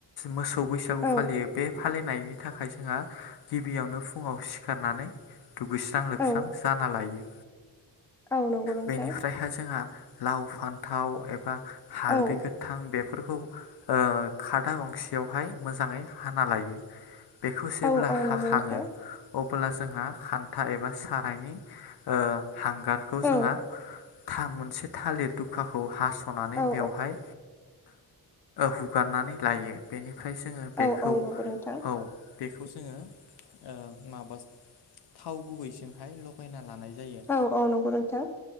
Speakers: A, on the left; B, in the centre.
A: मोसौ बैसागु
B: औ
A: फालियो बे फालिनायनि थाखाय जोंहा गिबियावनो फुङाव सिखारनानै दुगैस्रां लोबस्रां
B: औ
A: जाना लायो।
B: औ नंगौ नोंथां
A: बेनिफ्रायहाय जोंहा लाव फान्थाव एबा हालदै
B: औ
A: गोथां बे बेफोरखौ ओ खादा गंसेयावहाय मोजाङै हाना लायो। बेखौ जेब्ला
B: औ औ
A: हाखाङो
B: नंगौ नोंथां
A: अ अब्ला जोंहा खान्था एबा सारायनि ओ हांगारखौ जोंहा
B: औ
A: था मोनसे थालिर दुखाखौ हास'नानै
B: औ
A: बेवहाय हुगारनानै लायो बेनिफ्राय जोङो बेखौ
B: औ औ नंगौ नोंथां
A: औ बेखौ जोङो ओ माबा थाव गुबैजोंहाय लगायना लानाय जायो
B: औ औ नंगौ नोंथां।